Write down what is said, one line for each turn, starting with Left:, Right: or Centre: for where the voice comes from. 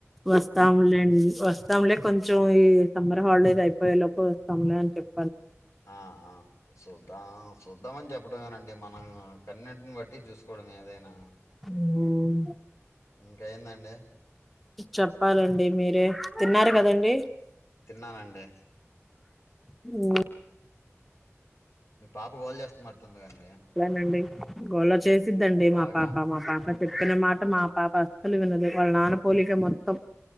Centre: వస్తాములేండి వస్త వస్తాములే కొంచెం ఈ సమ్మర్ హాలిడేస్ అయిపోయే లో వస్తాములే అని చెప్
Left: ఆ శుద్ద్ద శుద్ద్దాంమని చెప్పడమేనండి మనం కనీవినెంట్ బట్టి చూసుకు కోడ మీ ఏదైన
Centre: హమ్
Left: ఇంకా ఏందండి
Centre: చెప్పాలండి మీరే తిన్నారు కదండి
Left: తిన్నానండి
Centre: హమ్
Left: మీ పాప గోల్ చేస్తున్నట్టుంది కండి
Centre: యా నండి గోళ చే దండి మా
Left: బాగా
Centre: పాప మా పాప చెపీన మాట మా పాప అసలు వినదు వాళ్ళ నాన పోలిక మొత్తం